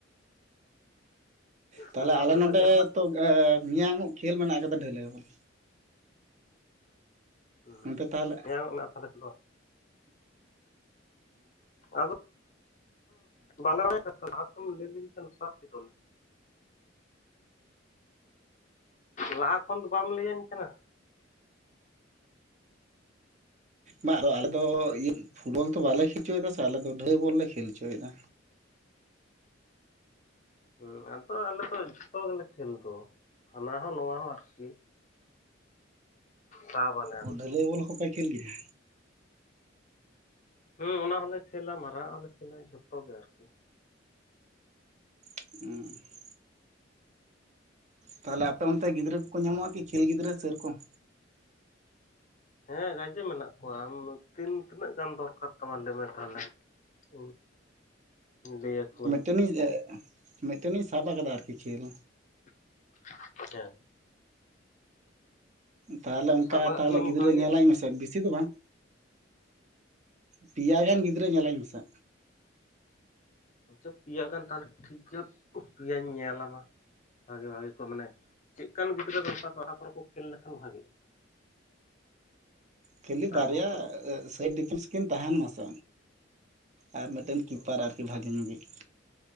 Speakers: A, on the right; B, on the left.
A: ᱛᱟᱦᱞᱮ
B: ᱛᱟᱦᱚᱞᱮ
A: ᱟᱞᱮ
B: ᱟᱯᱮ
A: ᱱᱚᱸᱰᱮ
B: ᱥᱮᱫ ᱡᱟᱦᱟᱱᱟᱜ ᱠᱚ
A: ᱛᱚ ᱮᱸ ᱢᱮᱭᱟᱝᱚᱜ ᱠᱷᱮᱞ ᱢᱮᱱᱟᱜ ᱠᱟᱫᱟ ᱰᱷᱟᱹᱞᱟᱹᱭ ᱵᱚᱞ᱾
B: ᱦᱩᱸ
A: ᱚᱱᱛᱮ ᱛᱟᱦᱚᱞᱮ
B: ᱢᱮᱭᱟᱝᱚᱜ ᱢᱮᱱᱟᱜ-ᱟ ᱛᱟᱦᱞᱮ ᱠᱷᱮᱞ ᱫᱚ᱾ ᱟᱫᱚ ᱵᱟᱞᱮ ᱵᱟᱲᱟᱭᱟ ᱞᱟᱦᱟᱛᱮᱢ ᱞᱟᱹᱭ ᱞᱤᱧ ᱠᱷᱟᱱ ᱥᱟᱵ ᱠᱮᱫᱚᱞᱮ᱾ ᱞᱟᱦᱟ ᱠᱷᱚᱱ ᱫᱚ ᱵᱟᱢ ᱞᱟᱹᱭᱟᱹᱧ ᱠᱟᱱᱟ᱾
A: ᱵᱟᱝ ᱵᱟᱝ ᱟᱫᱚ ᱟᱞᱮ ᱫᱚ ᱤᱭᱟᱹ ᱯᱷᱩᱴᱵᱚᱞ ᱛᱚ ᱵᱟᱞᱮ ᱠᱷᱮᱞ ᱚᱪᱚᱭᱮᱫᱟ ᱥᱮ ᱟᱞᱮ ᱫᱚ ᱰᱷᱟᱹᱞᱟᱹᱭ ᱵᱚᱞ ᱞᱮ ᱠᱷᱮᱞ ᱦᱚᱪᱚᱭᱮᱫᱟ᱾
B: ᱦᱩᱸ ᱟᱫᱚ ᱟᱞᱮ ᱫᱚ ᱡᱚᱛᱚ ᱜᱮᱞᱮ ᱠᱷᱮᱞ ᱫᱚ ᱦᱟᱱᱟ ᱦᱚᱸ ᱱᱚᱣᱟ ᱦᱚᱸ ᱟᱨᱠᱤ᱾ ᱥᱟᱵ ᱟᱞᱮ
A: ᱚ ᱰᱷᱟᱹᱞᱟᱹᱭ ᱵᱚᱞ ᱦᱚᱸᱯᱮ ᱠᱷᱮᱞ ᱜᱮᱭᱟ?
B: ᱦᱩᱸ ᱚᱱᱟ ᱦᱚᱞᱮ ᱠᱷᱮᱞᱟ ᱢᱟᱨᱟᱝᱟᱜ ᱦᱚᱸᱞᱮ ᱠᱷᱮᱞᱟ ᱡᱷᱚᱛᱚ ᱜᱮ ᱟᱨᱠᱤ᱾
A: ᱚ ᱛᱟᱦᱞᱮ ᱟᱯᱮ ᱚᱱᱛᱮ ᱜᱤᱫᱽᱨᱟᱹ ᱠᱚᱠᱚ ᱧᱟᱢᱚᱜᱼᱟ ᱠᱤ ᱠᱷᱮᱞ ᱜᱤᱫᱽᱨᱟᱹ ᱥᱮᱨᱚᱠᱚᱢ?
B: ᱦᱮᱸ ᱜᱟᱡᱮ ᱢᱮᱱᱟᱜ ᱠᱚᱣᱟ ᱟᱢ ᱛᱤᱱ ᱛᱤᱱᱟᱹᱜ ᱜᱟᱱ ᱫᱚᱨᱠᱟᱨ ᱛᱟᱢᱟ ᱞᱟᱹᱭᱢᱮ ᱛᱟᱦᱚᱞᱮ᱾ ᱚ ᱞᱟᱹᱭ ᱟᱠᱚᱣᱟᱹᱧ᱾
A: ᱴᱮᱱᱤᱧ ᱢᱤᱫᱴᱮᱱᱤᱧ ᱥᱟᱵ ᱟᱠᱟᱫᱟ ᱟᱨᱠᱤ ᱠᱷᱮᱞ᱾
B: <unintelligible> ᱦᱮᱸ
A: ᱛᱟᱦᱚᱞᱮ ᱚᱱᱠᱟ
B: ᱥᱟᱵ ᱟᱠᱟᱫ
A: ᱛᱟᱦᱚᱞᱮ
B: ᱠᱷᱟᱱᱮᱢ
A: ᱜᱤᱫᱽᱨᱟᱹ
B: ᱵᱷᱟᱜᱮ
A: ᱧᱮᱞᱟᱧ ᱢᱮᱥᱮ ᱵᱮᱥᱤ ᱫᱚ ᱵᱟᱝ᱾ ᱯᱮᱭᱟ ᱜᱟᱱ ᱜᱤᱫᱽᱨᱟᱹ ᱧᱮᱞᱟᱧ ᱢᱮᱥᱮ᱾
B: ᱟᱪᱪᱷᱟ ᱯᱮᱭᱟ ᱜᱟᱱ ᱛᱟᱦᱞᱮ ᱴᱷᱤᱠ ᱜᱮᱭᱟ ᱯᱮᱭᱟᱧ ᱧᱮᱞ ᱟᱢᱟ ᱵᱷᱟᱜᱮ ᱵᱷᱟᱜᱮ ᱠᱚ ᱢᱟᱱᱮ ᱪᱮᱫ ᱠᱟᱱ ᱜᱤᱫᱽᱨᱟᱹ ᱫᱚᱨᱠᱟᱨ ᱚᱠᱟ ᱠᱚᱨᱮ ᱠᱚ ᱠᱷᱮᱞ ᱞᱮᱠᱷᱟᱱ ᱵᱷᱟᱜᱮ-ᱟ᱾
A: ᱠᱷᱟᱞᱤ
B: ᱛᱟᱨᱯᱚᱨ
A: ᱵᱟᱨᱭᱟ ᱥᱟᱭᱤᱰ ᱰᱤᱯᱷᱮᱱᱥ ᱠᱤᱱ ᱛᱟᱦᱮᱱ ᱢᱟᱥᱮ ᱟᱨ ᱢᱤᱫᱴᱮᱱ ᱠᱤᱯᱟᱨ
B: ᱚ
A: ᱟᱨᱠᱤ ᱵᱷᱟᱜᱮ ᱧᱚᱜᱤᱡ᱾